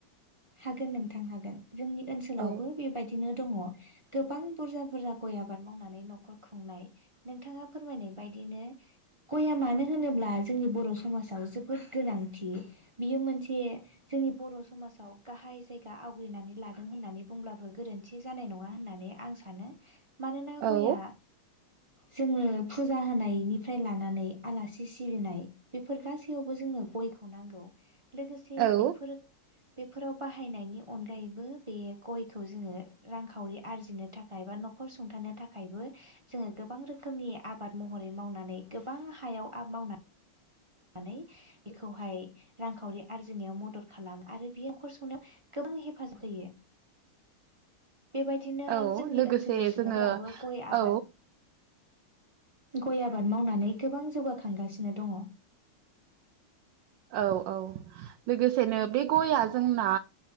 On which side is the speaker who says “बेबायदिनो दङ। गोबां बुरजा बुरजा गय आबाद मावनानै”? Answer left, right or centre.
Right